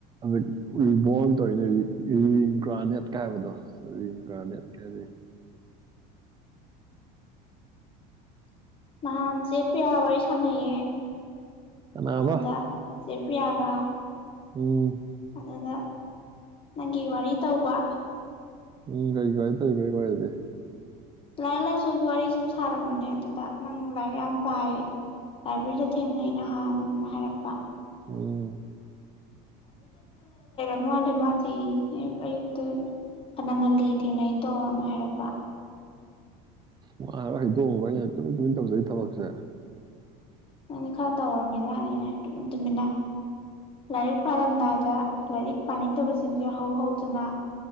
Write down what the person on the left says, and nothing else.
ꯅꯍꯥꯟ ꯆꯦ ꯄꯔꯤꯌꯥ ꯋꯥꯔꯤ ꯁꯅꯩꯌꯦ
ꯑꯗꯨꯗ ꯆꯦ ꯄꯔꯤꯌꯥꯒ
ꯑꯗ ꯅꯪꯒꯤ ꯋꯥꯔꯤ ꯇꯧꯕ
ꯂꯥꯏꯔꯤꯛ ꯂꯥꯏꯁꯨꯒꯤ ꯋꯥꯔꯤ ꯁꯨꯝ ꯁꯥꯔꯝꯕꯅꯦ ꯑꯗꯨꯗ ꯅꯪ ꯂꯥꯏꯔꯤꯛ ꯌꯥꯝ ꯄꯥꯏ ꯂꯥꯏꯕ꯭ꯔꯦꯔꯤꯗ ꯊꯦꯡꯅꯩ ꯅꯍꯥꯟ ꯍꯥꯏꯔꯛꯄ
<inaudible> ꯃꯥꯆꯤ ꯑꯌꯨꯛ ꯑꯌꯨꯛꯇ ꯐꯅꯉꯜꯂꯤ ꯊꯦꯡꯅꯩꯗꯣꯅ ꯍꯥꯏꯔꯛꯄ
ꯅꯪꯗꯤ ꯈꯔ ꯇꯧꯔꯝꯃꯤꯖꯠꯅꯤꯅꯦ ꯇꯨꯃꯤꯟ ꯇꯨꯃꯤꯟꯅ ꯂꯥꯏꯔꯤꯛ ꯄꯥꯔꯝꯗꯥꯏꯗ ꯂꯥꯏꯔꯤꯛ ꯄꯥꯅꯤꯡꯗꯕꯁꯤꯡꯁꯦ ꯍꯧ ꯍꯧꯗꯅ